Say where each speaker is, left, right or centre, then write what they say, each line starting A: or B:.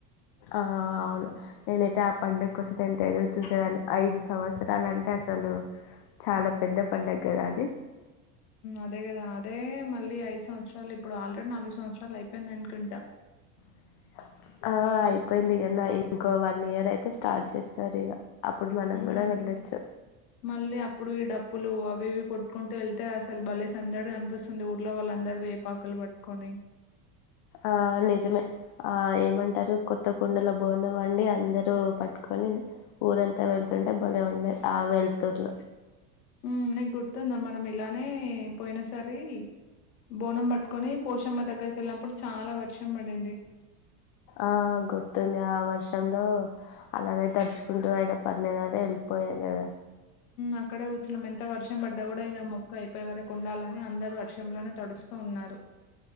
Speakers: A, on the left (about 55°); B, on the left (about 85°).
A: ఆ! అవును. నేనైతే ఆ పండుగ కోసం ఎంత ఎదురు చూసేదాన్ని, ఐదు సంవత్సరాలంటే అసలు చాలా పెద్ద పండుగ కదా అది
B: అదే కదా అదే మళ్ళీ ఐదు సంవత్సరాలు ఇప్పుడు ఆల్రెడీ నాలుగు సంవత్సరాలు అయిపోయింది అనుకుంటా.
A: <inaudible> ఆ అయిపోయింది ఇంకో వన్ ఇయర్ అయితే స్టార్ట్ చేస్తారు ఇగ. మనం
B: హ్మ్
A: కూడా వెళ్ళొచ్చు.
B: మళ్ళీ అప్పుడు ఈ డప్పులు అవి ఇవి కొట్టుకుంటూ వెళ్తే అసలు భలే సందడిగా అనిపిస్తుంది ఊర్లో. వాళ్ళందరూ వేపాకలు పట్టుకొని.
A: ఆ నిజమే ఆ ఏమం అంటారు కొత్త కుండలో బోనం వండి అందరూ పట్టుకొని ఊరంతా వెళ్తుంటే బలే ఉండ. ఆ వెళుతుర్
B: హ్మ్ నీకు గుర్తుందా మనం ఇలానే పోయిన సారి బోనం పట్టుకొని పోషమ్మ దగ్గరికి వెళ్ళినప్పుడు చాలా వర్షం పడింది.
A: ఆ గుర్తుంది ఆ వర్షం. లో అలానే తడుచుకుంటూ అలాగే పర్లేదు అని వెళ్ళిపోయాం కదా.
B: అక్కడే కూర్చున్నాం ఎంత వర్షం పడ్డా కూడా ఇక మొక్కు అయిపోయే వరకు ఉండాలని అందరూ వర్షం. వర్షంలోనే తడుస్తూ ఉన్నారు.